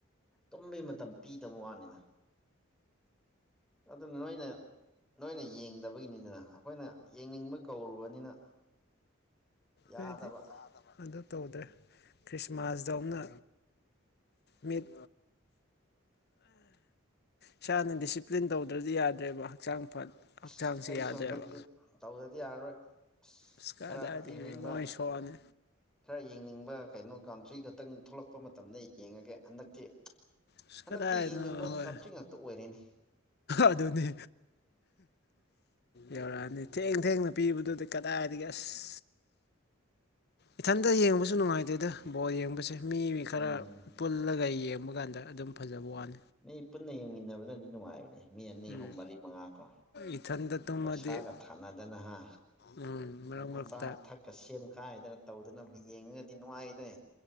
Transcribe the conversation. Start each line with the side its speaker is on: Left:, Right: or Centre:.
Centre: ꯇꯨꯝꯕꯩ ꯃꯇꯝ ꯄꯤꯗꯕ ꯋꯥꯅꯤꯅ ꯑꯗꯨ ꯑꯗꯨꯅ ꯅꯣꯏꯅꯦ ꯅꯣꯏꯅ ꯌꯦꯡꯗꯕꯒꯤꯅꯤꯗꯅ ꯑꯩꯈꯣꯏꯅ ꯌꯦꯡꯅꯤꯡꯕ ꯀꯧꯔꯨꯕꯅꯤꯅ ꯌꯥꯗꯕ
Left: ꯍꯥꯏꯗꯤ ꯑꯗꯨ ꯇꯧꯗ꯭ꯔꯦ ꯈ꯭ꯔꯤꯁꯃꯥꯁꯇꯧꯅ ꯃꯤꯠ ꯏꯁꯥꯅ ꯗꯤꯁꯤꯄ꯭ꯂꯤꯟ ꯇꯧꯗ꯭ꯔꯗꯤ ꯌꯥꯗ꯭ꯔꯦꯕ ꯍꯛꯆꯥꯡ ꯐꯠ ꯍꯛꯆꯥꯡꯁꯦ
Centre: ꯑꯁ ꯑꯩꯁꯨ
Left: ꯌꯥꯗ꯭ꯔꯦꯕ
Centre: ꯍꯟꯗꯛꯇꯤ ꯇꯧꯗꯗꯤ ꯌꯥꯔꯔꯣꯏ ꯑꯁ
Left: ꯏꯁꯀꯥꯗꯥꯗꯤ
Centre: ꯈꯔ ꯌꯦꯡꯅꯤꯡꯕ
Left: ꯅꯏ ꯁꯣꯅꯦ
Centre: ꯈꯔ ꯌꯦꯡꯅꯤꯡꯕ ꯀꯩꯅꯣ ꯀꯥꯝꯊ꯭ꯔꯤ ꯈꯛꯇꯪ ꯊꯣꯛꯂꯛꯄ ꯃꯇꯝꯗ ꯌꯦꯡꯉꯒꯦ ꯍꯟꯗꯛꯇꯤ
Left: ꯑꯁ
Centre: ꯍꯟꯗꯛꯇꯤ
Left: ꯀꯗꯥꯏꯗꯅꯣ
Centre: ꯌꯦꯡꯅꯤꯡꯕ
Left: ꯍꯣꯏ
Centre: ꯀꯟꯇ꯭ꯔꯤ ꯉꯥꯛꯇ ꯑꯣꯏꯔꯦꯅꯤ
Left: ꯑꯗꯨꯅꯤ ꯌꯧꯔꯛꯑꯅꯤ ꯊꯦꯡ ꯊꯦꯡꯅ ꯄꯤꯕꯗꯨꯗꯤ ꯀꯗꯥꯏꯗꯒꯤ ꯑꯁ ꯏꯊꯟꯇ ꯌꯦꯡꯕꯁꯨ ꯅꯨꯡꯉꯥꯏꯇꯦꯗ ꯕꯣꯜ ꯌꯦꯡꯕꯁꯦ ꯃꯤ ꯃꯤ
Centre: ꯎꯝ
Left: ꯈꯔ ꯄꯨꯜꯂꯒ ꯌꯦꯡꯕ ꯇꯕ ꯀꯥꯟꯗ ꯑꯗꯨꯝ ꯐꯖꯕ ꯋꯥꯅꯤ
Centre: ꯃꯤ ꯄꯨꯟꯅ ꯌꯦꯡꯃꯤꯟꯅꯕꯅꯗꯤ ꯅꯨꯡꯉꯥꯏꯕꯅꯤ ꯃꯤ ꯑꯅꯤ
Left: ꯎꯝ
Centre: ꯑꯍꯨꯝ ꯃꯔꯤ ꯃꯉꯥ ꯀꯣ
Left: ꯏꯊꯟꯇ ꯇꯨꯝꯃꯗꯤ
Centre: ꯄꯩꯁꯥꯒ ꯊꯥꯅꯗꯅꯍ
Left: ꯎꯝ ꯃꯔꯛ ꯃꯔꯛꯇ
Centre: ꯑꯆꯥ ꯑꯊꯛꯀ ꯁꯦꯝꯈꯥꯏꯗꯅ ꯇꯧꯗꯨꯅ ꯑꯃꯨꯛ ꯌꯦꯡꯉꯒꯗꯤ ꯅꯨꯡꯉꯥꯏꯗ꯭ꯔꯦ